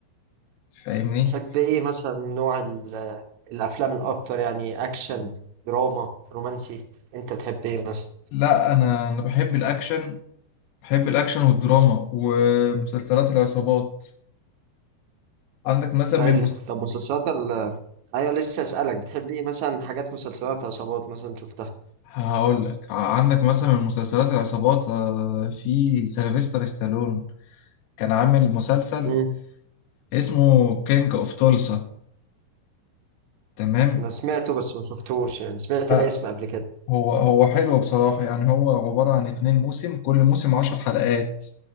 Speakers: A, on the left; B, on the right.
A: فاهمني
B: تحب ايه مثلا نوع ال- الافلام الاكتر يعني اكشن دراما رومانسي انت بتحب ايه مثلا
A: لا انا انا بحب الاكشن بحب الاكشن والدراما ومسلسلات العصابات عندك مثلا
B: حلو
A: من مس...
B: طب مسلسلات ال ايوه لسه اسالك بتحب ايه مثلا حاجات مسلسلات عصابات مثلا شفتها
A: هقول لك ع- عندك مثلا من مسلسلات العصابات آه، في سيلفستر ستالون كان عامل مسلسل
B: امم
A: اسمه كينج اوف تولسا تمام
B: انا سمعته بس ما شفتوش يعني سمعت
A: آه،
B: الاسم قبل كده
A: هو هو حلو بصراحة يعني هو عبارة عن اتنين موسم كل موسم عشر حلقات